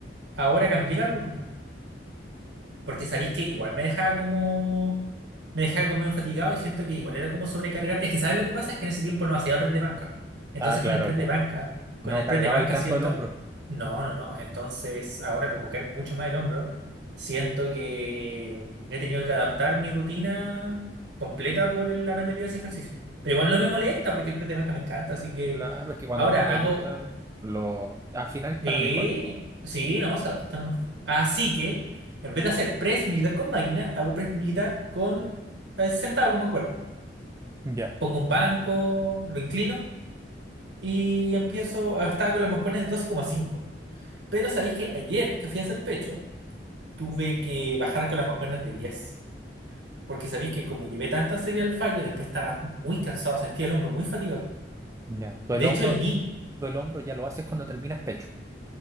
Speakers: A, on the right (about 75°); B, on the right (about 15°).
A: ahora cambié la rutina. Porque sabéis que igual me dejaba como. Me dejaba como medio fatigado y siento que igual era como sobrecargar. Es que, ¿sabes lo que pasa? Es que en ese tiempo no hacía press de banca. Entonces,
B: Ah, claro,
A: con el press
B: po.
A: de banca, con
B: No
A: el
B: cargaba
A: press de banca
B: ahí tanto
A: siento.
B: el hombro.
A: No, no, no. Entonces, ahora como cargo mucho más el hombro, siento que he tenido que adaptar mi rutina completa por el haber metido ese ejercicio. Pero igual no me molesta porque el press de banca me encanta. Así que
B: Claro, es que cuando
A: ahora
B: a uno le
A: hago
B: gusta, lo... al final es
A: Sí,
B: para mejor.
A: sí, no, se adapta nomás. Así que, en vez de hacer press militar con máquina, hago press militar con eh, sentado con mancuerna.
B: Ya,
A: Pongo un banco, lo inclino y empiezo ah, Estaba con las mancuernas de doce coma cinco. Pero sabéis que ayer que fui a hacer pecho, tuve que bajar con las mancuernas de diez Porque sabéis que como llevé tanta serie al fallo, después estaba muy cansado, sentía el hombro muy fatigado.
B: ya. Tú
A: De
B: el hombro,
A: hecho, el niño,
B: eh, tú el hombro ya lo haces cuando terminas pecho.